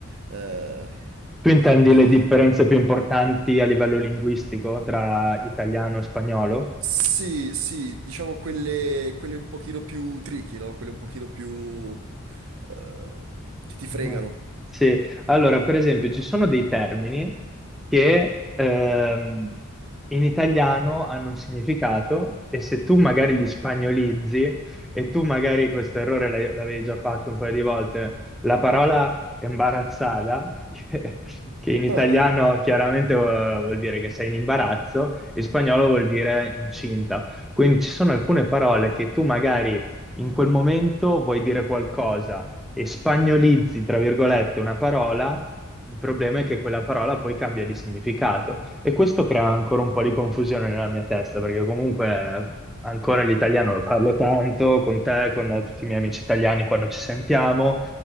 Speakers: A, on the right; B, in the centre.
A: Eh,
B: Tu intendi
A: quindi.
B: le differenze più importanti a livello linguistico tra italiano e spagnolo?
A: Sì, sì, diciamo quelle, quelle un pochino più tricky, no? Quelle un pochino più... eh, che ti fregano.
B: Mhm. Sì, allora per esempio ci sono dei termini che ehm, in italiano hanno un significato e se tu magari li spagnolizzi e tu magari questo errore l'hai- l'avevi già fatto un paio di volte, la parola imbarazzata, <laughs> che, che in italiano
A: <laughs> Ah,
B: chiaramente eh, vuol dire che sei in imbarazzo, in spagnolo vuol dire incinta. Quindi ci sono alcune parole che tu magari in quel momento vuoi dire qualcosa e spagnolizzi, tra virgolette, una parola, il problema è che quella parola poi cambia di significato. E questo crea ancora un po' di confusione nella mia testa, perché comunque eh, ancora l'italiano lo parlo tanto con te, con tutti i miei amici italiani quando ci sentiamo.